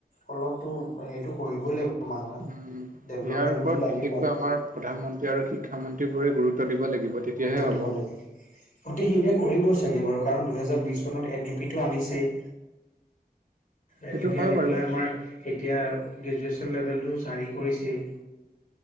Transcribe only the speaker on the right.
উম,
ইয়াৰ ওপৰত
বিশেষকৈ আমাৰ প্ৰধানমন্ত্ৰী আৰু শিক্ষামন্ত্ৰী বোৰে গুৰুত্ব দিব লাগিব। তেতিয়াহে
হ'ব।
সেইটো
হয়
বাৰু।